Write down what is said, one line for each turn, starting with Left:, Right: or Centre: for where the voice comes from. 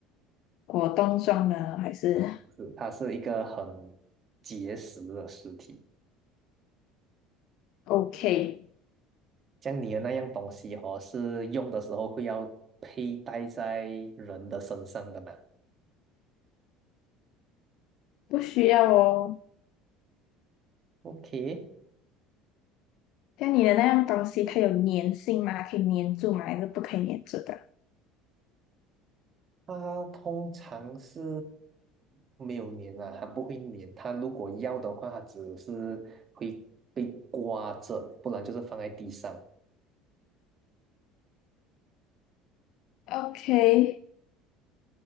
Left: 果冻状的，还是
Right: 啊，不是，它是一个很结实的实体。
Left: OK，
Right: 像你的那样东西哦，是用的时候会要佩戴在人的身上的嘛
Left: 不需要哦。
Right: ？OK，
Left: 像你的那样东西，它有粘性吗？可以粘住吗？还是不可以粘住的
Right: 它通常是没有粘啊，它不会粘。它如果要的话，它只是会被刮着，不然就是放在地上。
Left: ？OK，